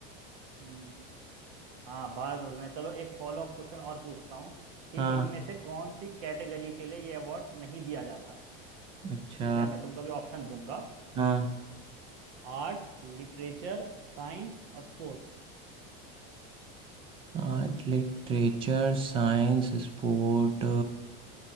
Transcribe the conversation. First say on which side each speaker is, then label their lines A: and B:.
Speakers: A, on the right; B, on the right.
A: हम्म हाँ भारत रत्न है। चलो एक फॉलो अप क्वेश्चन और पूछता हूँ कि
B: हाँ
A: इनमें से कौन सी कैटेगरी के लिए ये अवार्ड नहीं दिया जाता है
B: अच्छा
A: ठीक है मैं तुमको भी ऑप्शन दूंगा
B: हाँ
A: आर्ट लिटरेचर साइंस और स्पोर्ट्स
B: Art literature science sport